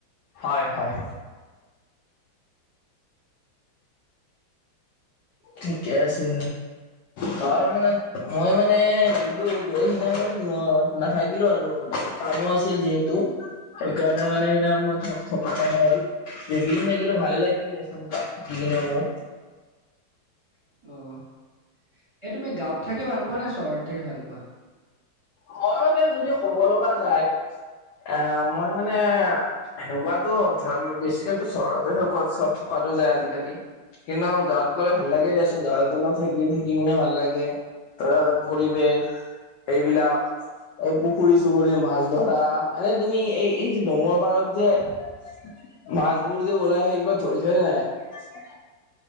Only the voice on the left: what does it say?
হয়, হয়। ঠিকে আছে। গাঁৱৰ মানে মই মানে গলো গৈ সি মই ন নাথাকিলো আৰু মা কামো আছিল যিহেতু সেইকাৰণে মানে সেইদিনা থকা নহ'ল যিকেইকেইদিন থাকিলো ভালে লাগিল দেচোন। নম্বৰ <unintelligible>
ঘ <unintelligible> তে যদি ক'ব লগা যায়। এ মই মানে সেনেকুৱাতো ধ বেছি টাইমতো চহৰতে থকাতো যায় আজিকালি কিন্তু গাঁৱত গ'লে ভাল লাগে দিয়াচোন গাঁৱত অলপ থাকি থাকি কিনে ভাল লাগে ত পৰিৱেশ এইবিলাক এই পুখুৰী চুখুৰী মাছ ধৰা এনেই তুমি এই, এই যে ডঙৰ পাৰত যে মাছবোৰ যে ওলাই সেইবাক ধৰি থৰি নাই।